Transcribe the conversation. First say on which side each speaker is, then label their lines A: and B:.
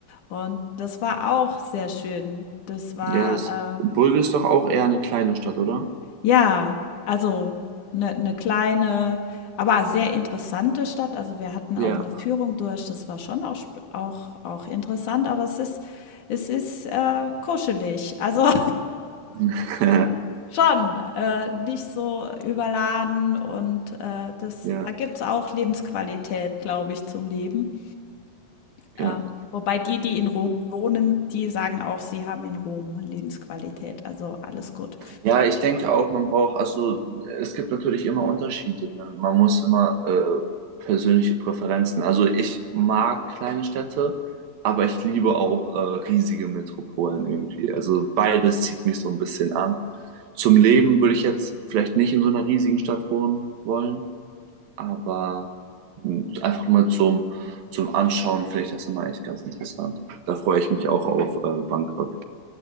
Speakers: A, on the left; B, on the right.
A: Und das war auch sehr schön. Das
B: ja,
A: war,
B: es, Bulge
A: äh,
B: ist doch auch eher eine kleine Stadt, oder?
A: ja, also eine ne kleine, aber sehr interessante Stadt. Also wir hatten
B: Ja,
A: auch eine Führung durch. Das war schon auch, sp- auch, auch interessant, aber es ist, es ist äh, kuschelig. Also
B: <laughs>
A: Schon, äh, nicht so überladen und, äh, das
B: ja,
A: da gibt's auch Lebensqualität, glaube ich, zum Leben.
B: ja.
A: Ähm, wobei die, die in Rom wohnen, die sagen auch, sie haben in Rom Lebensqualität, also alles gut.
B: Ja, ich denke auch, man braucht, also es gibt natürlich immer Unterschiede. Ne? Man muss immer äh, persönliche Präferenzen. Also ich mag kleine Städte, aber ich liebe auch äh, riesige Metropolen irgendwie. Also beides zieht mich so ein bisschen an. Zum Leben würde ich jetzt vielleicht nicht in so einer riesigen Stadt wohnen wollen, aber mh, einfach mal zum, zum Anschauen, vielleicht das ist immer echt ganz interessant. Da freue ich mich auch auf äh, Bangkok.